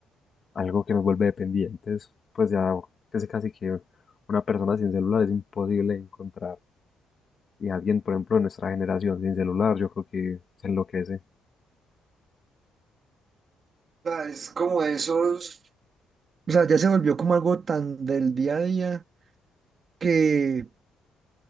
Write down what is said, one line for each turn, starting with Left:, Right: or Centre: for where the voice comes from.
Left: algo que nos vuelve dependientes. Pues ya es casi que una persona sin celular es imposible encontrar. Y alguien, por ejemplo, de nuestra generación sin celular, yo creo que se enloquece.
Right: sea, Es como esos. O sea, ya se volvió como algo tan del día a día que